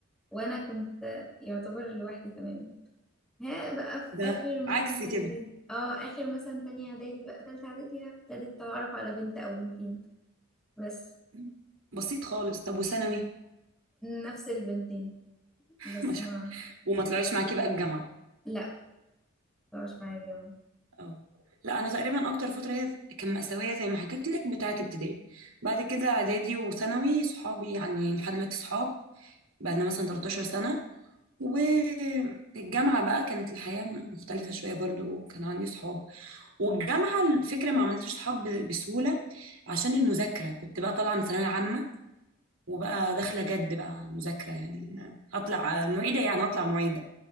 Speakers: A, in the centre; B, on the right (about 90°).
A: وانا كنت يعتبر لوحدي تماما ها بقى في
B: الله
A: اخر
B: ده
A: مثلا
B: عكس
A: تانية
B: كده
A: اعدادي اه اخر مثلا تانية اعدادي بقى تالتة اعدادي ابتديت اتعرف على بنت او بنتين بس
B: مم. بسيط خالص طب وثانوي
A: نفس البنتين
B: <laughs>
A: بس
B: ما شاء
A: ما
B: الله وما طلعوش معاكي بقى الجامعه
A: لا مش معايا الجامعه
B: اه لا انا تقريبا اكتر فتره هي كان مأساوية زي ما حكيت لك بتاعه ابتدائي بعد كده اعدادي وثانوي صحابي يعني لحد دلوقتي صحاب بقى لنا مثلا 13 سنه والجامعه بقى كانت الحياه مختلفه شويه برضو كان عندي صحاب والجامعة الفكرة ما عملتش صحاب ب- بسهولة عشان المذاكرة كنت بقى طالعة من ثانوية عامة وبقى داخلة جد بقى مذاكرة يعني هطلع معيدة يعني هطلع معيدة